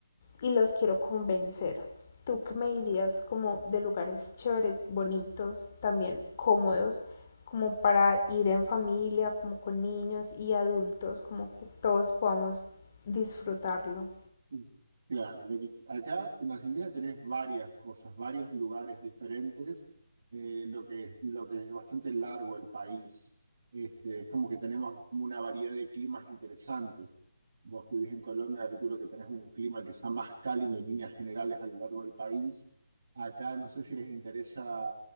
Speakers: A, on the left; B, on the right.
A: y los quiero convencer. ¿Tú qué me dirías como de lugares chéveres, bonitos, también cómodos, como para ir en familia, como con niños y adultos, como que todos podamos disfrutarlo?
B: Mm, Claro, lo que- acá en Argentina tenés varias cosas, varios lugares diferentes, eh, lo que, lo que es bastante largo el país. Este, es como que tenemos una variedad de climas interesantes. Vos que vivís en Colombia, calculo que tenés un clima que sea más cálido en líneas generales a lo largo del país. Acá no sé si les interesa